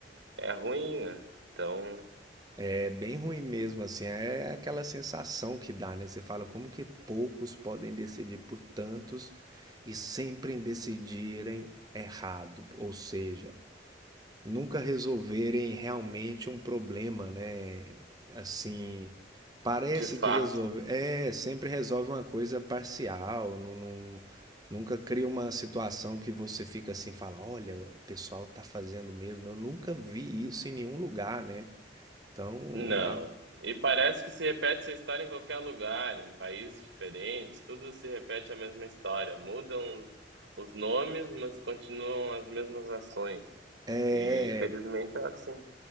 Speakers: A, on the right (about 80°); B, on the right (about 20°).
A: é ruim, né? Então,
B: É bem ruim mesmo, assim, é aquela sensação que dá, né? Você fala como que poucos podem decidir por tantos e sempre decidirem errado, ou seja, nunca resolverem realmente um problema, né? Assim, parece
A: De fato,
B: que resolve, é, sempre resolve uma coisa parcial, não, não- nunca cria uma situação que você fica assim, fala, olha, o pessoal tá fazendo mesmo. Eu nunca vi isso em nenhum lugar, né? Então,
A: não.
B: é uma
A: E parece que se repete essa história em qualquer lugar, em países diferentes, tudo se repete a mesma história. Mudam os, os nomes, mas continuam as mesmas ações.
B: É,
A: E infelizmente é assim.